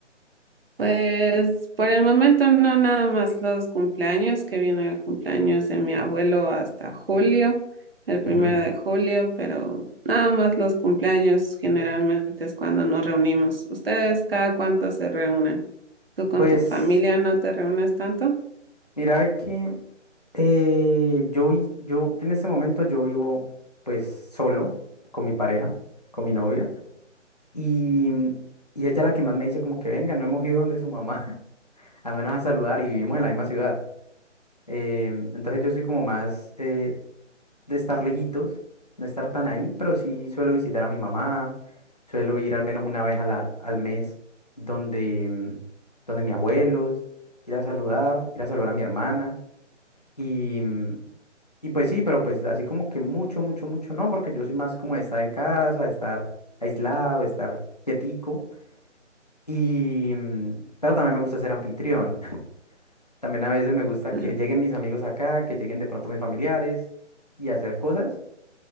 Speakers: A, on the right; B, on the left.
A: Pues por el momento no, nada más los cumpleaños, que viene el cumpleaños de mi abuelo hasta julio, el primero
B: Ujú.
A: de julio, pero nada más los cumpleaños generalmente es cuando nos reunimos. ¿Ustedes cada cuánto se reúnen? ¿Tú con
B: Pues
A: tu familia no te reúnes tanto?
B: mira que eh, yo, vi- yo en este momento yo vivo pues solo con mi pareja, con mi novia, y, y ella la que más me dice como que venga, no hemos ido donde su mamá, <laughs> al menos a saludar y vivimos en la misma ciudad. Em, entonces yo soy como más, eh, de estar lejitos, no estar tan ahí, pero sí suelo visitar a mi mamá, suelo ir al menos una vez a la- al mes donde, mm, donde mis abuelos, ir a saludar, ir a saludar a mi hermana y, mm, y pues sí, pero pues así como que mucho, mucho, mucho no, porque yo soy más como de estar en casa, de estar aislado, de estar quietico y, mm, pero también me gusta ser anfitrión. <laughs> También a veces me gusta
A: <laughs>
B: que lleguen mis amigos acá, que lleguen de pronto mis familiares y hacer cosas.